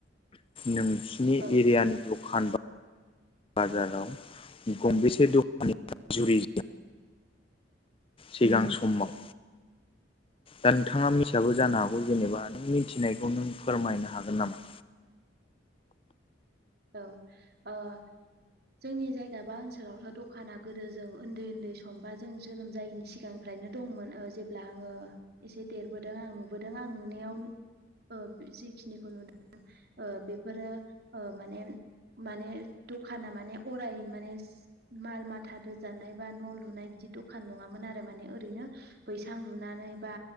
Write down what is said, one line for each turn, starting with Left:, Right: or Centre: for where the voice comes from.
Left: नोंसिनि
Right: औ
Left: एरियानि दखान बा बाजाराव गंबेसे दखानि जुरिज सिगां समाव दा नोंथाङा मिथियाबो
Right: ओ
Left: जानो हागौ जेनेबा नों मिथिनायखौ नों फोरमायनो हागोन नामा?
Right: औ ओ जोंनि जायगा बा ओनसोलावथ' दखाना गदो जों उन्दै उन्दै सम बा जों जोनोम जायैनि सिगां निफ्रायनो दंमोन ओ जेब्ला आङो एसे देरबोदों आं नुबोदों आं नुनायाव ओ बे जिखिनिखौ नुदों ओ बेफोरो ओ माने माने दखाना माने अराय माने सि माल माथा दोजानाय बा न' लुनाय बिदि दखान नङामोन आरो माने ओरैनो बैसां लुनानै बा